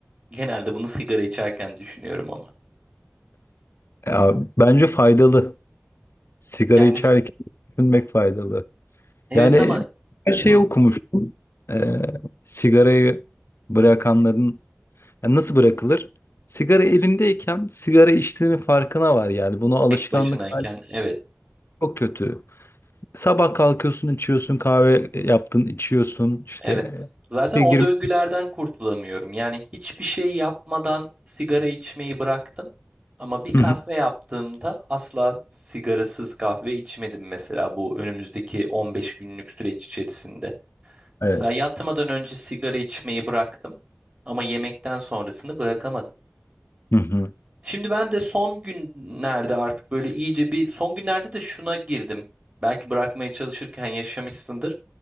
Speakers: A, on the right (about 35°); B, on the left (about 75°).
A: genelde bunu sigara içerken düşünüyorum ama.
B: Ya, bence faydalı. Sigara
A: Yani
B: içerken düşünmek faydalı.
A: evet
B: Yani
A: ama
B: her şeyi
A: hı hı,
B: okumuştum. Ee, sigarayı bırakanların yani nasıl bırakılır? Sigara elindeyken sigara içtiğinin farkına var yani. Bunu alışkanlık
A: tek başınayken
B: haline
A: evet.
B: çok kötü. Sabah kalkıyorsun içiyorsun kahve yaptın içiyorsun işte.
A: Evet. Zaten
B: Bir
A: o
B: girme-
A: döngülerden kurtulamıyorum. Yani hiçbir şey yapmadan sigara içmeyi bıraktım. Ama bir kahve
B: Hı hı.
A: yaptığımda asla sigarasız kahve içmedim mesela bu önümüzdeki 15 günlük süreç içerisinde.
B: Evet.
A: Mesela yatmadan önce sigara içmeyi bıraktım ama yemekten sonrasını bırakamadım.
B: Hı hı.
A: Şimdi ben de son günlerde artık böyle iyice bir son günlerde de şuna girdim. Belki bırakmaya çalışırken yaşamışsındır.